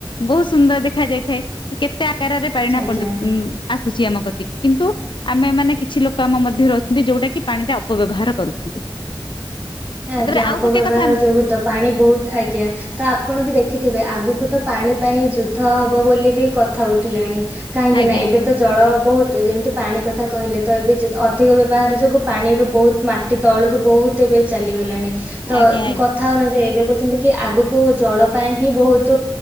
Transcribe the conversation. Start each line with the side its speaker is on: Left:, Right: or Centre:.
Left: ବହୁତ ସୁନ୍ଦର ଦେଖ ଦେଖ ଯାଇଥାଏ। କେତ୍ ତେ ଆକାରରେ ପାଇନା
Right: ଆଜ୍ଞା।
Left: <unintelligible> ଆସୁଛି ଆମ ଗତିକି କିନ୍ତୁ ଆମେ ମାନେ କିଛି ଲୋକ ଆମ ମଧ୍ୟରେ ଅଛନ୍ତି ଯୋଉଟା କି ପାଣିରେ ଅପବ୍ୟବହାର କରୁଛନ୍ତି।
Right: ଆଜ୍ଞା
Left: ତାପରେ ଆଉ
Right: ଅପବ୍ୟବହାର
Left: ଗୋଟେ କଥା
Right: ଯୋଗୁ ତ ପାଣି ବହୁତ ଆଜ୍ଞା ତ ଆପଣ ବି ଦେଖିଥିବେ ଆଗକୁ ତ ପାଣି ପାଇଁ ଯୁଦ୍ଧ ହବ ବୋଲି ବି କଥା ଉଠିଲାଣି। କାହିଁକି
Left: ଆଜ୍ଞା।
Right: ନା ଏବେ ତ ଜଳ ବହୁତ ଯେମିତି ପାଣି କଥା କହିଲେ ତ ଏବେ ଅଧିକ ବ୍ୟବହାର ଯୋଗୁ ପାଣି ଏବେ ବହୁତ ମାଟି ତଳକୁ ବହୁତ ଏବେ ଚାଲିଗଲାଣି। ତ
Left: ଆଜ୍ଞା
Right: କଥା ଅନୁଯାୟୀ ଏବେ କହୁଛନ୍ତି କି ଆଗକୁ ଜଳ ପାଇଁ ହିଁ ବହୁତ